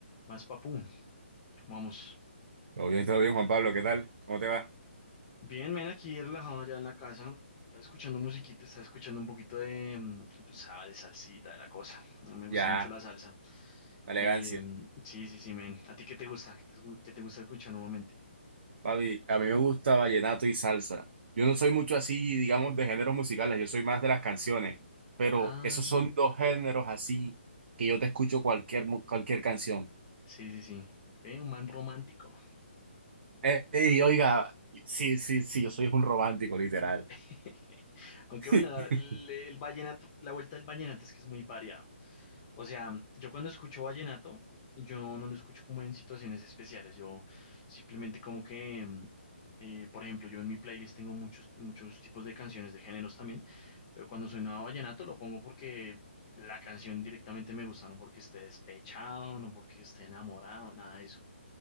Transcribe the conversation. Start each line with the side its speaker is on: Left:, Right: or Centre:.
Left: Más papu, ¿cómo vamos?
Right: Todo bien, todo bien, Juan Pablo, ¿qué tal? ¿Cómo te va?
Left: Bien, men, aquí relajado ya en la casa. Estaba escuchando musiquita, estaba escuchando un poquito de, mm, tú sabes, de salsita, de la cosa. No me gusta
Right: Ya,
Left: mucho la salsa.
Right: la elegancia.
Left: Eh, sí, sí, sí, men. ¿A ti qué te gusta? ¿Qué te, gu- qué te gusta escuchar normalmente?
Right: Papi, a mí me gusta vallenato y salsa. Yo no soy mucho así, digamos, de géneros musicales, yo soy más de las canciones, pero
Left: Ah,
Right: esos son dos géneros así que yo te escucho cualquier, mu- cualquier canción.
Left: sí, sí, sí. Ve, un man romántico.
Right: Eh, Ey, oiga, sí, sí, sí, yo soy un romántico, literal.
Left: <laughs> Aunque
Right: <laughs>
Left: bueno, la- le- el, vallenato, la vuelta del vallenato es que es muy variado. O sea, yo cuando escucho vallenato, yo no lo escucho como en situaciones especiales, yo simplemente como que, mm, eh, por ejemplo, yo en mi playlist tengo muchos, muchos tipos de canciones de géneros también, pero cuando soy nada vallenato lo pongo porque la canción directamente me gusta, no porque esté despechado, no porque esté enamorado, nada de eso.